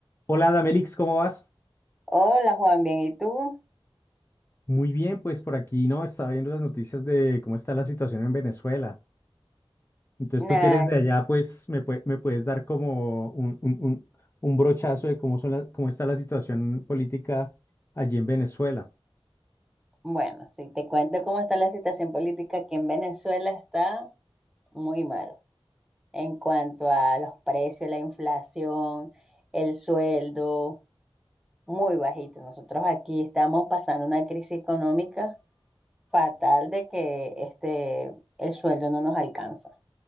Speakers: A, on the left; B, in the centre.
A: Hola, Damelix, ¿cómo vas?
B: Hola Juan, bien, ¿y tú?
A: Muy bien, pues por aquí, ¿no? Estaba viendo las noticias de cómo está la situación en Venezuela. Entonces,
B: Nah,
A: tú que eres de allá, pues me, pue- me puedes dar como un, un- un- un brochazo de cómo son la- cómo está la situación política allí en Venezuela.
B: bueno, si te cuento cómo está la situación política aquí en Venezuela, está muy mal en cuanto a los precios, la inflación, el sueldo, muy bajito. Nosotros aquí estamos pasando una crisis económica fatal de que este, el sueldo no nos alcanza.